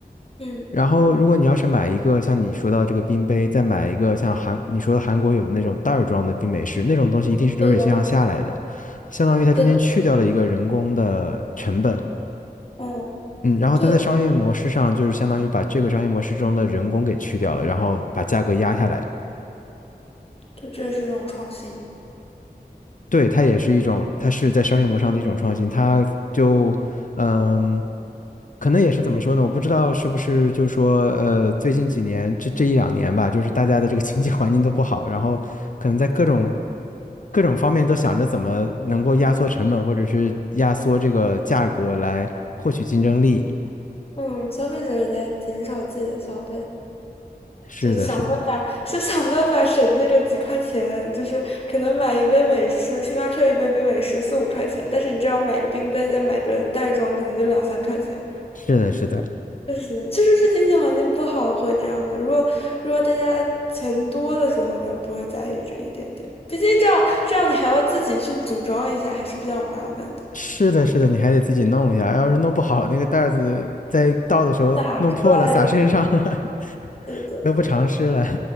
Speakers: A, on the left; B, on the left.
A: 嗯，
B: 然后，如果你要是买一个像你说到这个冰杯，再买一个像韩你说的韩国有的那种袋儿装的冰美式，那种东西一定是流水线上下来的，
A: 对的
B: 相当于它中间去掉了一个人工的成本。
A: 对的，嗯
B: 嗯，然后它在商业模式上，
A: 对
B: 就是相当于把这个商业模式中的人工给去掉了，然后把价格压下来。
A: 对，这是一种创新。
B: 对，它也是一种，它是在商业模式上的一种创新。它就，嗯，可能也是怎么说呢？我不知道是不是就是说，呃，最近几年这这一两年吧，就是大家的这个经济环境都不好，然后可能在各种各种方面都想着怎么能够压缩成本，或者是压缩这个价格来获取竞争力。
A: 嗯，消费者也在减少自己的消费，
B: 是的，
A: 就想办法，
B: 是的，
A: 就想办法省那个几块钱，就是可能买一杯美式，星巴克一杯冰美式四五块钱，但是你这样买个冰杯，再买个袋装，可能就两三块钱。
B: 是的，是的。
A: 确实，确实是经济环境不好会这样的。如果如果大家钱多的时候呢，不会在意这一点点。毕竟这样这样你还要自己去组装一下，还是比较麻烦的。
B: 是的，是的，你还得自己弄一下，要是弄不好，那个袋儿子在倒的时候弄破了，
A: 打出来也不是
B: 洒身上了，<laughs>
A: 对的。
B: 得不偿失了。